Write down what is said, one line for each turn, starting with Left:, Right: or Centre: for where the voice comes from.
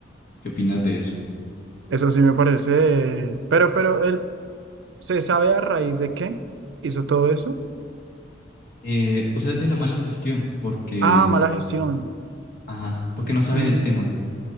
Left: ¿qué opinas de eso?
Right: eso sí me parece, pero, pero él se sabe a raíz de qué hizo todo eso.
Left: Eh, o sea, es de la mala gestión, porque,
Right: Ah, mala gestión.
Left: ajá, porque
Right: Mm,
Left: no sabe del tema.